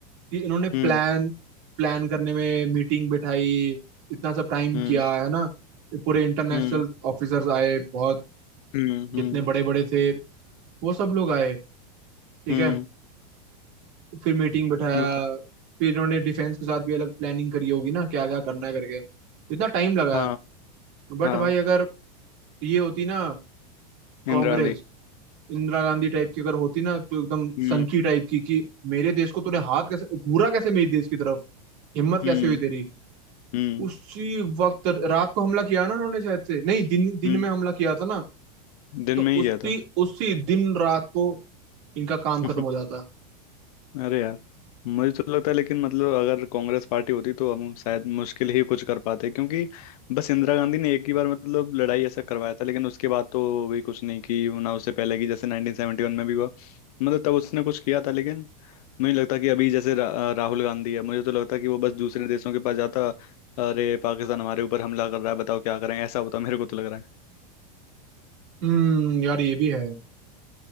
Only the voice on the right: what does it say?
कि इन्होंने प्लान
प्लान करने में मीटिंग बिठाई इतना सब टाइम
किया है ना पूरे इंटरनेशनल
ऑफिसर्स आए बहुत
जितने बड़े बड़े थे वो सब लोग आए ठीक
है फिर मीटिंग बिठाया
फिर इन्होंने डिफेंस के साथ भी अलग प्लानिंग करी होगी ना क्या क्या करना है करके तो इतना टाइम लगाया
बट
भाई अगर ये होती ना
कांग्रेस
इंदिरा गांधी टाइप की अगर होती ना तो एकदम
सनकी टाइप की कि मेरे देश को तूने हाथ कैसे घूरा कैसे मेरे देश की तरफ हिम्मत
कैसे हुई तेरी
उसी वक्त रात को हमला किया ना उन्होंने शायद से नहीं दिन दिन
में हमला किया था ना
तो
उसी
उसी दिन रात को इनका काम
खत्म हो जाता
हम्म यार ये भी है